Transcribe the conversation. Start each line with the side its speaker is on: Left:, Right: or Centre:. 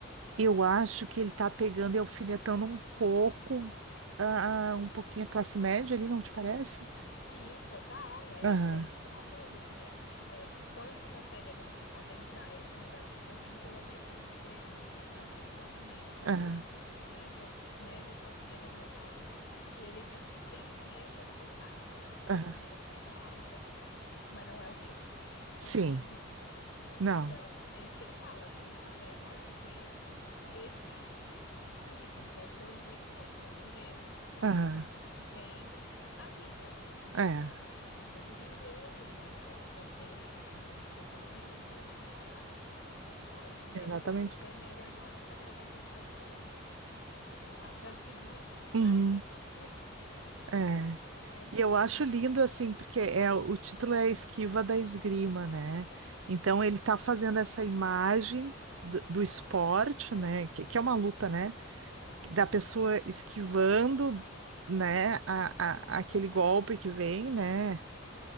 Right: eu acho que ele tá pegando e alfinetando um pouco, ah, um pouquinho a classe média ali, não te parece?
Left: Sim, total. É
Right: Aham,
Left: bem o que você estava falando, assim, é, é que quando tu consegue adren- adentrar esse universo de conseguir pelo menos um emprego, então tá ali na classe média. Vamos
Right: aham,
Left: colocar uma classe média, média, classe média mais alta, que, é- que ele diz que tem dinheiro para se contar. Então é a classe
Right: aham,
Left: média, média alta, mas não é o rico, é a classe
Right: sim,
Left: média, <laughs> média alta.
Right: não,
Left: Então é isso que ele fala, tu até pode ter esse. Isso, tu pode ter o emprego, tu pode ter o dinheiro, mas
Right: aham,
Left: tu já não tem a vida. Tipo,
Right: é,
Left: a tua vida tu vendeu ali, né? Tu, teu tempo, então tu tá todo vendido e já não tem mais nada. É só. E, e
Right: exatamente,
Left: ainda botou o terno e a gravata pra agradar teu pai, pra fazer um. um a- pra seguir
Right: uhum,
Left: a linha de, <laughs>
Right: é.
Left: né, de
Right: E
Left: Faria
Right: eu acho
Left: Lima.
Right: lindo assim, porque é o título é a Esquiva da Esgrima, né? Então ele tá fazendo essa imagem do, do esporte, né? Que, que é uma luta, né? Da pessoa esquivando, né? A, a- aquele golpe que vem, né?